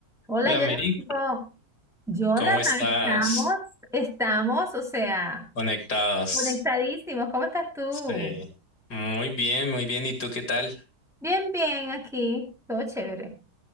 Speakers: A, in the centre; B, on the left (about 75°).
A: Hola,
B: Hola
A: Jonathan.
B: Mary,
A: Jonathan,
B: ¿cómo estás?
A: estamos, estamos, o sea,
B: Conectados.
A: conectadísimos. ¿Cómo estás tú?
B: Sí. Muy bien, muy bien. ¿Y tú qué tal?
A: Bien, bien, aquí, todo chévere.